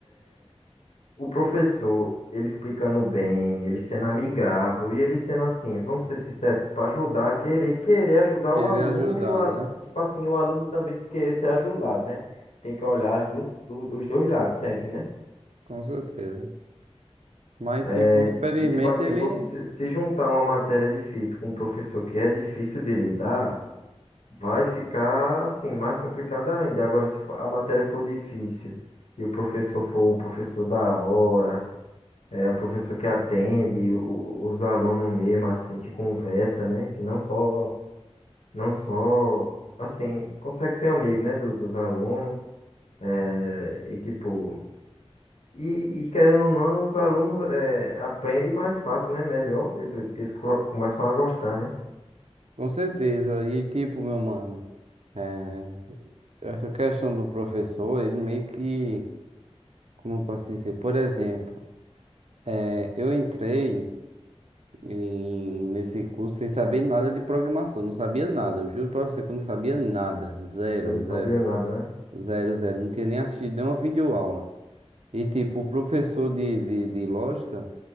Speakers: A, on the left; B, on the right.
A: o professor, ele explicando bem, ele sendo amigável e ele sendo assim, vamos ser sinceros, tipo, ajudar, querer, querer ajudar
B: Querer
A: o aluno
B: ajudar,
A: e o, al-
B: né?
A: tipo assim, o aluno também querer ser ajudado, né? Tem que olhar as duas, do- dos dois lados sempre, né?
B: Com certeza. Mas,
A: É,
B: tipo,
A: e,
B: infelizmente
A: ti- e tipo assim,
B: ele
A: você se juntar uma matéria difícil com um professor que é difícil de lidar, vai ficar assim, mais complicado ainda. Agora, se for- a matéria for difícil e o professor for o professor da hora, É um professor que atende o- os alunos mesmo, assim, que conversa, né? Que não só, não só, assim, consegue ser amigo, né, do- dos alunos. É, e tipo, e, e querendo ou não, os alunos é, aprendem mais fácil, né? Melhor, eles, eles co- começam a gostar, né?
B: Com certeza. E tipo, meu mano, é, essa questão do professor, ele meio que, como eu posso dizer, por exemplo, é, eu entrei em- nesse curso sem saber nada de programação, não sabia nada, eu juro pra você que eu não sabia nada, zero,
A: Você não sabia
B: zero,
A: nada, né?
B: zero, zero, não tinha nem assistido nenhuma videoaula. E tipo, o professor de, de, de lógica,